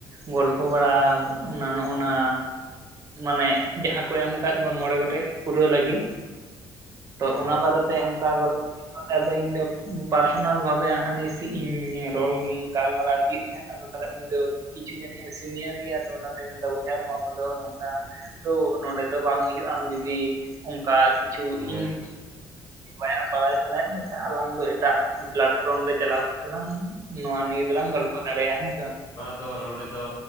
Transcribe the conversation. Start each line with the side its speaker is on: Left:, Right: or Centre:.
Right: ᱜᱚᱞᱯᱦᱚ ᱵᱟᱲᱟ ᱚᱱᱟ ᱱᱚᱜᱼᱱᱟ ᱢᱟᱱᱮ ᱡᱟᱦᱟᱸᱠᱚ ᱮᱢ ᱟᱠᱟᱫ ᱵᱩᱱ ᱢᱚᱬᱮ ᱜᱚᱴᱮᱡ ᱯᱩᱨᱟᱹᱣ ᱞᱟᱹᱜᱤᱫ, ᱛᱚ ᱚᱱᱟ
Left: ᱦᱮᱸ
Right: ᱵᱟᱨᱮᱛᱮ ᱚᱱᱠᱟ ᱜᱚᱞᱯᱚ, ᱟᱫᱚ ᱤᱧ ᱫᱚ ᱯᱟᱨᱥᱚᱱᱟᱞ ᱵᱷᱟᱵᱮ ᱦᱟᱱᱤᱥᱤᱜ ᱤᱧ ᱨᱚᱲ ᱜᱟᱞᱢᱟᱨᱟᱣ ᱤᱫᱤᱭᱮᱫ ᱛᱟᱦᱮᱸᱫ᱾ ᱟᱫᱚ ᱟᱫᱚ ᱩᱱᱤ ᱫᱚ ᱠᱤᱪᱷᱩ ᱡᱟᱹᱱᱤᱡ ᱮ ᱥᱤᱱᱤᱭᱟᱨ ᱜᱮᱭᱟ, ᱟᱫᱚ ᱚᱱᱟᱛᱮ ᱢᱮᱱᱫᱟ ᱵᱚᱭᱦᱟ ᱱᱚᱣᱟ ᱠᱚᱫᱚ ᱱᱚᱝᱠᱟ ᱛᱚ ᱱᱚᱰᱮ ᱫᱚ ᱵᱟᱝ ᱦᱩᱭᱩᱜᱼᱟ, ᱟᱢ ᱡᱩᱫᱤ ᱚᱱᱠᱟ ᱠᱤᱪᱷᱩ
Left: ᱦᱮᱸ
Right: ᱤᱧ
Left: ᱴᱷᱤᱠ
Right: ᱚᱱᱠᱟ ᱵᱟᱲᱟᱭ ᱥᱟᱱᱟᱭᱮᱫ ᱢᱮ ᱠᱷᱟᱱ ᱟᱞᱟᱝ ᱫᱚ ᱮᱴᱟᱜ ᱯᱞᱟᱴᱯᱷᱨᱚᱢ ᱨᱮ ᱪᱟᱞᱟᱣ ᱠᱟᱛᱮᱫ ᱞᱟᱝ ᱱᱚᱣᱟ ᱱᱤᱭᱮ ᱫᱚᱞᱟᱝ ᱜᱚᱞᱯᱚ ᱫᱟᱲᱮᱭᱟᱜᱼᱟ, ᱦᱮᱸ ᱥᱮ ᱵᱟᱝ
Left: ᱛᱚ ᱱᱚᱸᱰᱮ ᱫᱚ